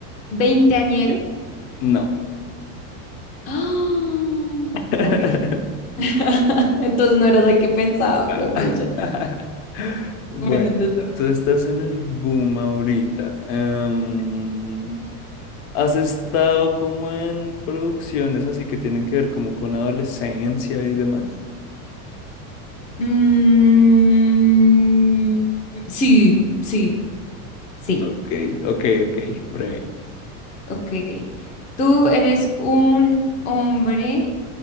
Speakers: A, on the left (about 20°); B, on the left (about 60°).
A: veinteañero.
B: No.
A: ¡Ah!
B: <laughs>
A: Ok. <laughs> Entonces no eras el que pensaba,
B: Ah.
A: huepucha.
B: <laughs> Bueno,
A: Bueno, te toca.
B: tú estás en el boom ahorita. Em, ¿has estado como en producciones así que tienen que ver como con adolescencia y demás?
A: Mm, sí, sí, sí.
B: Ok, ok, ok, breve.
A: Ok. Tú eres un hombre,